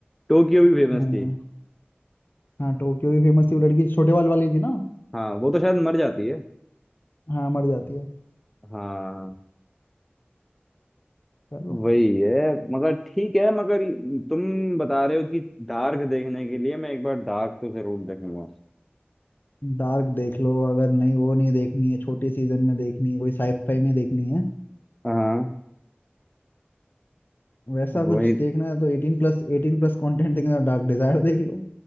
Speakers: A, in the centre; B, on the left.
A: टोक्यो भी फेमस
B: हाँ
A: थी
B: हाँ, टोक्यो भी फेमस थी वो लड़की छोटे बाल वाली थी ना
A: हाँ वो तो शायद मर जाती है
B: हाँ मर जाती है
A: हाँ
B: चलो
A: वही है मगर ठीक है मगर ये- तुम बता रहे हो कि डार्क देखने के लिए मैं एक बार डार्क तो जरूर देखूंगा
B: डार्क देख लो अगर नहीं वो नहीं देखनी है छोटे सीजन में देखनी है कोई साइफाई में देखनी है
A: हाँ
B: वैसा
A: वही
B: कुछ देखना है तो एटीन प्लस एटीन प्लस कंटेंट देखना डार्क डिजायर देख लो